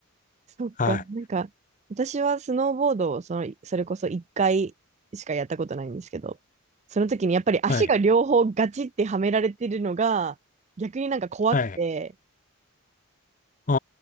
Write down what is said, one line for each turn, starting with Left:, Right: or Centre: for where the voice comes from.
Right: そっか。
Left: はい、
Right: なんか、私はスノーボードをその、それこそ1回しかやったことないんですけど、その時にやっぱり足が両方ガチってはめられてるのが、
Left: はい、
Right: 逆になんか怖くて、
Left: はい。あ